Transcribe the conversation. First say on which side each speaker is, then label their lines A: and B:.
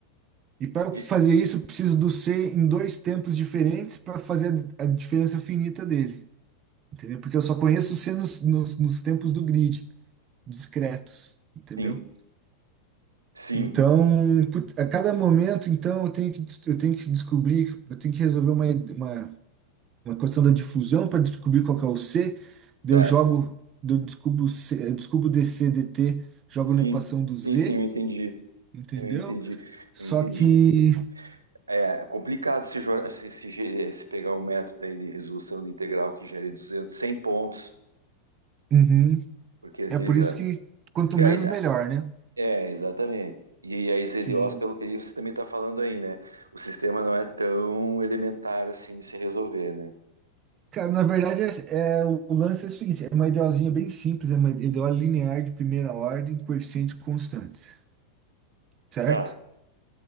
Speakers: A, on the right (about 30°); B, on the right (about 80°).
A: E para
B: E-
A: fazer isso, eu preciso do C em dois tempos diferentes para fazer a, a diferença finita dele, entendeu? Porque eu só conheço o C nos, nos, nos tempos do grid, discretos, entendeu?
B: sim, sim,
A: Então, put- a cada momento, então, eu tenho que, eu tenho que descobrir, eu tenho que resolver uma, uma, uma questão da difusão para descobrir qual que é o C, daí
B: certo.
A: eu jogo, daí eu descubro, o C, eu descubro DC, DT, jogo
B: Sim,
A: na equação do Z,
B: sim, sim, eu entendi.
A: entendeu?
B: Eu entendi,
A: Só
B: eu entendi.
A: que.
B: É complicado se, jo- se, se ge- se pegar um método aí de resolução de integral que gere 200 100 pontos,
A: Uhum.
B: porque aquele,
A: É por isso que quanto
B: que
A: menos,
B: aí dá-
A: melhor, né?
B: é, exatamente. E a EZDOs,
A: Sim.
B: pelo que você também está falando aí, né? O sistema não é tão elementar assim de se resolver, né?
A: Cara, na verdade, é, é- o lance é o seguinte, é uma idealzinha bem simples, é uma ideal linear de primeira ordem, coeficientes constantes, certo?
B: Tá.